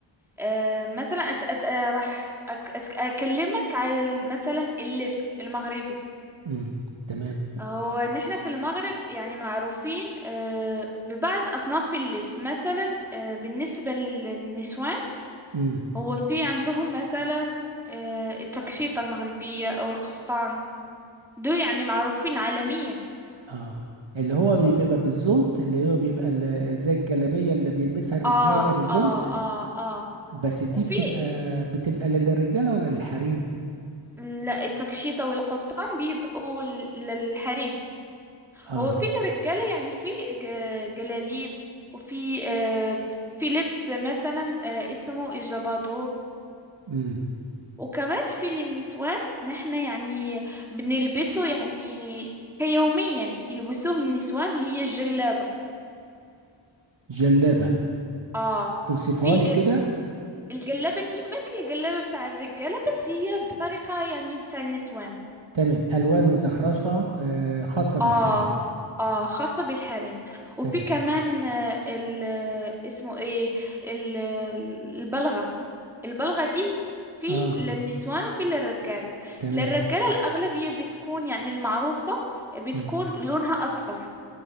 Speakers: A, in the centre; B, on the right (about 70°).
A: آه، مثلا أت أت آه، راح أك أت أكلمك على ال- مثلا اللبس المغربي
B: امم تمام
A: هو نحن في المغرب يعني معروفين آه، ببعض أصناف اللبس مثلا آه، بالنسبة للنسوان
B: امم
A: هو في عندهم مثلا آه، التقشيطة المغربية أو القفطان دول يعني معروفين عالميا
B: اه اللي هو بيبقى
A: وف...
B: بالزونت اللي هو بيبقى ال- زي الجلابية اللي بيلبسها الرجالة
A: اه
B: بالزونت
A: اه اه اه
B: بس دي
A: وفي
B: بتبقى بتبقى للرجالة ولا للحريم؟
A: ال- التكشيطة والقفطان بيبقوا ل- للحريم
B: اه
A: هو في الرجالة يعني في ج- جلاليب وفي آه في لبس مثلا آه اسمه الجبادور
B: امم
A: وكمان في للنسوان نحن يعني بنلبسه يعني كيوميا يلبسوه النسوان هي الجلابة
B: جلابة
A: اه
B: اوصفها
A: في
B: لي
A: ج-
B: كده
A: الجلابة دي مثل الجلابة بتاع الرجالة بس هي بطريقة يعني بتاع النسوان
B: تمام ألوان وزخرفة آه، خاصة بالحريم
A: اه اه خاصة بالحريم وفي
B: تمام
A: كمان آه، ال آه، اسمه ايه ال- البلغة البلغة دي في
B: اه
A: للنسوان وفي للرجالة
B: تمام
A: للرجالة الأغلبية بتكون يعني المعروفة بتكون
B: امم
A: لونها أصفر